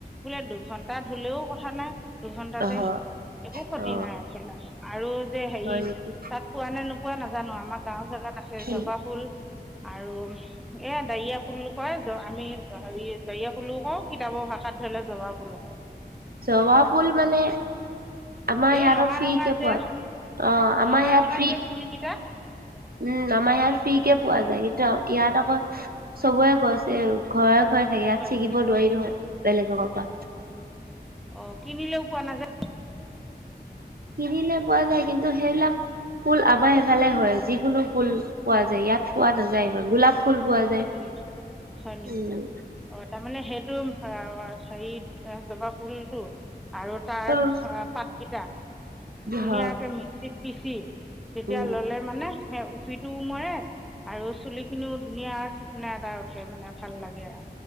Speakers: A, in the centre; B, on the right (about 60°).
A: বোলে দুঘন্টা ধুলেও কথা নাই দুঘন্টাতে
B: অহ
A: একো ক্ষতি
B: অ
A: নাই থলে আৰু যে হেৰি
B: হয় নেকি
A: তাত পোৱা নে নোপোৱা নাজানো আমাক গাওঁ আছে
B: কি
A: জবা ফুল আৰু এ দাৰিয়া ফুল কয় আমি হেৰি দাৰি ফুলো কওঁ কিতাপৰ ভাষাত ধৰি লও জবা ফুল কওঁ
B: জবা ফুল মানে আমাৰ
A: এই
B: সেয়াত
A: ৰঙা
B: ক ফ্ৰি
A: ৰঙা
B: কে
A: যে
B: পোৱা যায় অ আমাৰ
A: ৰঙা
B: সেইয়াত
A: ৰঙা
B: ফ্ৰী
A: যে ফুলকেইটা
B: উম আমাৰ ইয়াত ফ্ৰী কে পোৱা যায় ইয়াত আকৌ চবৰে গছে ঘৰে ঘৰে থাকে ইয়াত
A: হয়
B: ছিঙিব
A: নেকি
B: নোৱাৰি নহয় বেলেগৰ পৰা
A: অ কিনিলেও পোৱা নাযায়
B: কিনিলে পোৱা যায় কিন্তু সেইবিলাক ফুল আমাৰ সেফালে হয় যিকোনো ফুল পোৱা যায় ইয়াত পোৱা নাযায় ইমান গোলাপ ফুল পোৱা যায়
A: হয় নেকি হয় নেকি
B: উ
A: অঁ তাৰমানে সেইটো হেৰিত জবা ফুল আৰু তাৰ
B: উম
A: পাতকিটা ধুনীয়াকে
B: হয়
A: মিক্সিত পিচি তেতিয়া
B: উম
A: ললে মানে সেই উফিটোও মৰে আৰু চুলি খিনিও ধুনীয়া চিকনা এটা উঠে মানে ভাল লাগে আ